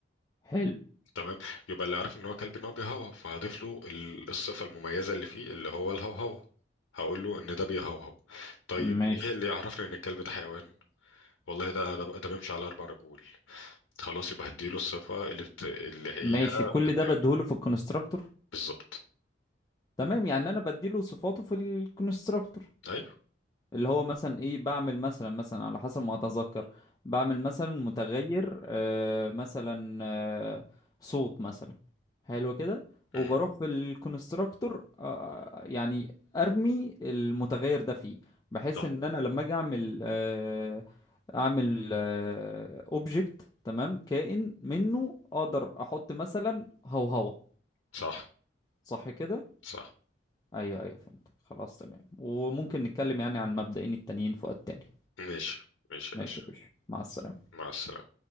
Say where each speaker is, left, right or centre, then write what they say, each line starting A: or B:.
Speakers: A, on the left (about 20°); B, on the left (about 80°).
A: حلو
B: تمام يبقى اللي عارف ان هو كلب ان هو بيهوهو فهضيف له ال- الصفة المميزة اللي فيه اللي هو الهوهوة هقول له ان ده بيهوهو طيب
A: ماشي
B: ايه اللي يعرفني ان الكلب ده حيوان والله ده ده, ده بيمشي على اربع رجول خلاص يبقى هديله الصفة اللي بت... اللي هي
A: ماشي كل
B: بتبين
A: ده بديهوله في الكونستراكتور
B: بالظبط
A: تمام يعني انا بديله صفاته في الكونستراكتور
B: ايوه
A: اللي هو مثلا ايه بعمل مثلا مثلا على حسب ما اتذكر بعمل مثلا متغير آه مثلا آه صوت مثلا حلو كده
B: مم.
A: وبروح في الكونستراكتور آه يعني ارمي المتغير ده فيه بحيث
B: صح
A: ان انا لما اجي اعمل آه اعمل اوبجكت تمام كائن منه اقدر احط مثلا هوهوة
B: صح
A: صح كده
B: صح
A: ايوه ايوه فهمت خلاص تمام وممكن نتكلم يعني عن مبدئين التانيين في وقت تاني
B: ماشي ماشي يا
A: ماشي
B: باشا
A: يا باشا مع السلامة
B: مع السلامة